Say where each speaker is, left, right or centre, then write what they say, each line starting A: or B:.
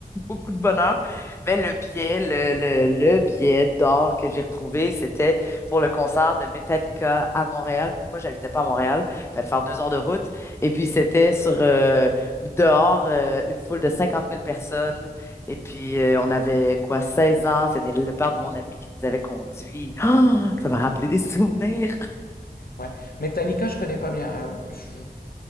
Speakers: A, on the left; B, on the left.
A: beaucoup de bonheur. Mais le billet, le, le, le billet d'or que j'ai retrouvé, c'était pour le concert de Metallica à Montréal. Moi, j'habitais pas à Montréal, fallait faire deux heures de route. Et puis, c'était sur euh, dehors, euh, une foule de cinquante mille personnes. Et puis, euh, on avait quoi, 16 ans. C'était le père de mon ami qui nous avait conduits. <gasps> Ah, ça m'a rappelé des souvenirs.
B: Ouais. Metallica, je connais pas bien. Euh, je,